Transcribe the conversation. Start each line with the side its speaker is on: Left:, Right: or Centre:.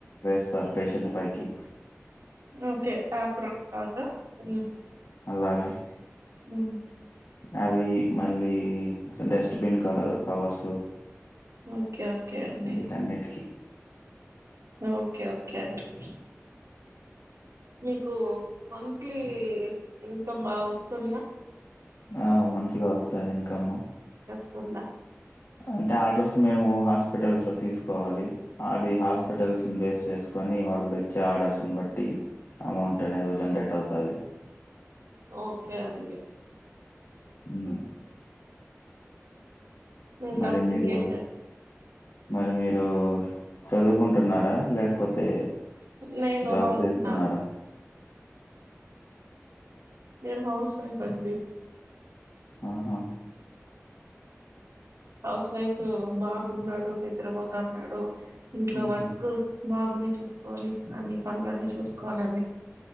Left: వేస్తారు పేషెంట్ పైకి
Right: ఓకే అప్ <unintelligible> హు
Left: అలాగే
Right: ఉ
Left: అవి మళ్ళీ dustbin colour covers
Right: okay okay అండి
Left: వీటన్నిటికి
Right: ఓకే ఓకే అండి మీకు మంత్లీ ఇన్కమ్ బాగా వస్తుందా
Left: ఆ మంచిగా వస్తాది ఇన్కమ్
Right: కుండా
Left: అంటే ఆర్డర్స్ మేము హాస్పిటల్స్ లో తీసుకోవాలి అది హాస్పిటల్స్ బేస్ చేసుకొని వాళ్ళు ఇచ్చే ఆర్డర్స్ని బట్టి అమౌంట్ అనేది జనరేట్ అవుతది
Right: ఓకే అండి
Left: ఉ
Right: ఇంకా
Left: మరి మీరు
Right: ఇంకేంటారు
Left: మరి మీరు చదువుకుంటున్నారా లేకపోతే
Right: నేను
Left: జాబ్ చేస్తున్నారా
Right: నా నేను హౌస్ వైఫ్ అండి
Left: ఆహా
Right: హౌస్ వైఫ్ బాబున్నాడు నిద్రపోతన్నాడు ఇంట్లో
Left: ఉహు
Right: వర్క్ బాబుని చూసుకోవాలి అన్ని పనులన్నీ చూసుకోవాలీ అన్నీ